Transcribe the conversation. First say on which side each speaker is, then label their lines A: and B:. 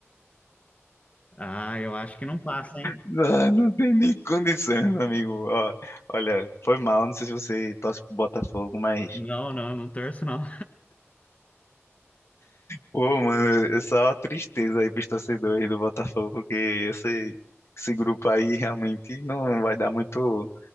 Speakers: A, on the left; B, on the left.
A: Ah, eu acho que não passa, hein?
B: Não, não tem nem condição, meu amigo. Ó, olha, foi mal. Não sei se você torce pro Botafogo, mas.
A: Não, não, não torço, não.
B: Pô, mano, é só tristeza aí pros torcedores do Botafogo, porque esse, esse grupo aí realmente não vai dar muito,